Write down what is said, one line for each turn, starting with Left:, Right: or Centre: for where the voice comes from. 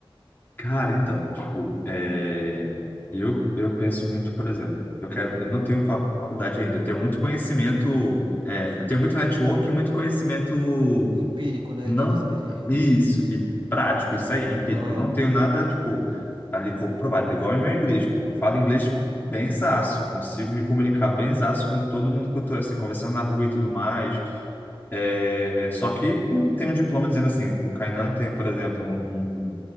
Left: Cara, então, tipo, é, eu, eu penso muito, por exemplo, eu quero, eu não tenho faculdade ainda, eu tenho muito conhecimento, é, eu tenho muito network e muito conhecimento
Right: Empírico, né,
Left: não,
Right: de experiência.
Left: isso, e prático, isso aí, empírico,
Right: Aham,
Left: não tenho nada, tipo, ali comprovado, igual em meu inglês, pô, eu falo inglês benzaço, consigo me comunicar benzaço com todo mundo que eu tô, assim, conversando na rua e tudo mais, é, só que eu não tenho um diploma dizendo assim, o Kainan tem, por exemplo, um